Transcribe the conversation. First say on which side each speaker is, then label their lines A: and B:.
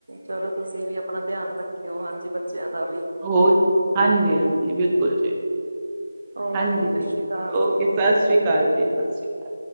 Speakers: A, on the right; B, on the right.
A: ਚਲੋ ਤੁਸੀਂ ਵੀ ਆਪਣਾ ਧਿਆਨ ਰੱਖਿਓ ਹਾਂਜੀ। ਬੱਚਿਆਂ ਦਾ ਵੀ
B: ਹੋਰ ਹਾਂਜੀ ਹਾਂਜੀ ਬਿਲਕੁਲ ਜੀ
A: ਓਕੇ
B: ਹਾਂਜੀ
A: ਸਤਿ
B: ਜੀ
A: ਸ੍ਰੀ ਅਕਾਲ ਜੀ
B: ਓਕੇ ਸਤਿ ਸ੍ਰੀ ਅਕਾਲ ਜੀ ਸਤਿ ਸ਼੍ਰੀ ਅਕਾਲ।